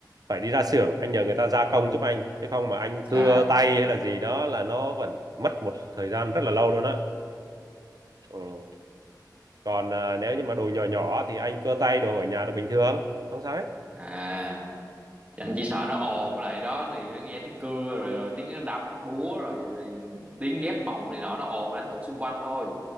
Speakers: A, on the right; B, on the right.
A: phải đi ra xưởng anh nhờ người ta gia công giúp anh chứ không mà anh cưa
B: à
A: tay hay là gì đó là nó vẫn mất một thời gian rất là lâu luôn á ừ. còn à, nếu như mà đồ nhỏ nhỏ thì anh cưa tay đồ ở nhà đồ bình thường không sao hết
B: à Dạ,
A: ừ
B: anh chỉ sợ nó ồn với lại đó thì nó nghe tiếng cưa rồi rồi tiếng đập búa rồi, rồi tiếng ghép mộng này nọ nó ồn ảnh hưởng xung quanh thôi